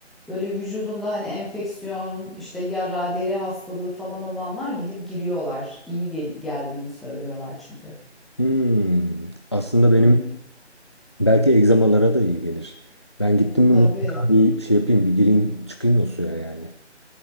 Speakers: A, in the centre; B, on the left.
A: böyle vücudunda hani enfeksiyon, işte yara, deri hastalığı falan olanlar gidip giriyorlar. İyi gel- geldiğini söylüyorlar çünkü.
B: Hmm. Aslında benim
A: Hı hı.
B: Belki egzamalara da iyi gelir. Ben gittim mi
A: Tabii,
B: mutlaka bir şey yapayım, bir gireyim, çıkayım o suya yani.